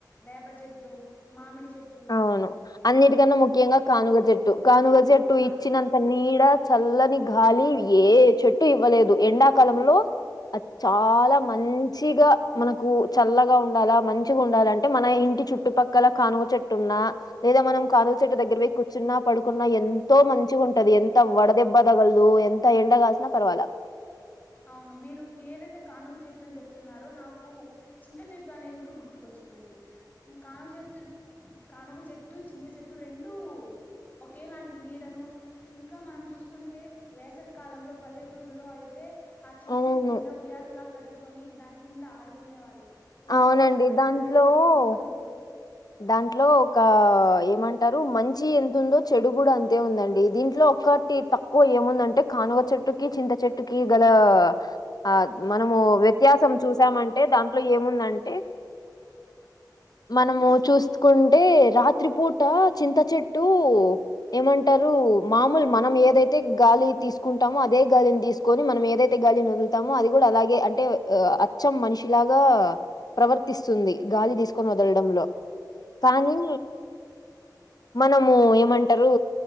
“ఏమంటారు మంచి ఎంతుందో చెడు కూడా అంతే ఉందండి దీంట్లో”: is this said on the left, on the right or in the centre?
Left